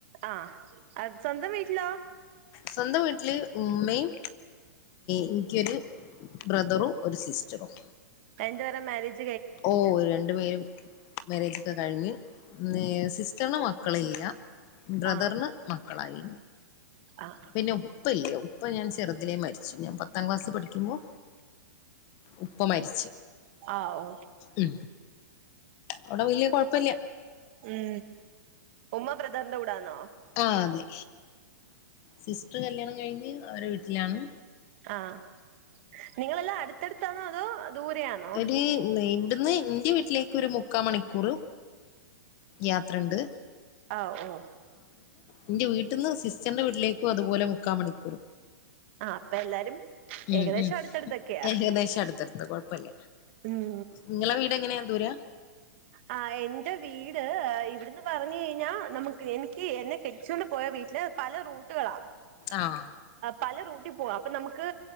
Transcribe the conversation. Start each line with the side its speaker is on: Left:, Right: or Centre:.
Right: ആ സ്വന്തം വീട്ടിലോ
Left: സ്വന്തം വീട്ടില് ഉമ്മയും ഇനിക്കൊരു ബ്രദറും ഒരു സിസ്റ്റർ റ്റരും
Right: രണ്ടുപേരെ മാര്യേജ്
Left: ഓ രണ്ടു പേരും മേരേജ് ഒക്കെ കഴിഞ്ഞ് സിസ്റ്ററിന് മക്കള് ഇല്ല ബ്രദറിന്
Right: ആഹ്
Left: മക്ക മക്കളായി
Right: ആഹ്
Left: പിന്നോ ഉപ്പ ഇല്ലേ ഉപ്പ ഞാൻ ചെറുതിലേ മരിച്ചു ഞാൻ പത്താം ക്ലാസ്സ് പഠിക്കുമ്പോൾ ഉപ്പ മരിച്ച
Right: ആ ഓ
Left: ഉ അവിടെ വലിയ കുഴപ്പ പല്ലെ
Right: ഉം ഉമ്മ ബ്രദറിന്റെ കൂടാണോ
Left: ആ അതെ സിസ്റ്റർ കല്യാണം കഴിഞ്ഞ് അവരെ വീട്ടിലാണ്
Right: ആഹ്. നിങ്ങളെല്ലാം അട് എടുത്താണോ അതോ ദൂരെയാണോ
Left: ഒര് നെ ഇവിടുന്ന് എന്റെ വീട്ടിലേക്ക് ഒരു മുക്കാ മണിക്കൂർ. യാത്രുണ്ട്.
Right: ആഓ ഓ
Left: എന്റെ വീട്ടിന്ന് സിസ്റ്ററിന്റെ വീട്ടിലേക്കും അതുപോലെ മുക്കാ മണിക്കൂർ.
Right: ആഹ് അപ്പൊ എല്ലാരും
Left: ഉം
Right: ഏകദേശം
Left: ഉം
Right: അടുത്തടുത്തൊക്കെയാ
Left: ഏകദേശം അടുത്തടുത്ത് കൊഴപ്പല്ല.
Right: ഉം
Left: നിങ്ങളെ വീട് എങ്ങനെയാ? ദൂര
Right: ആ് എന്റെ വീട് ഇവിടുന്ന് പറഞ്ഞു കഴിഞ്ഞാ നമുക്ക് എനിക്ക് എന്നെ കെട്ടിച്ചൊണ്ട് പോയ വീട്ടില് പല റൂട്ടുകളാ
Left: ആഹ്.
Right: പല റൂട്ടി പോവാം. അപ്പൊ നമുക്ക്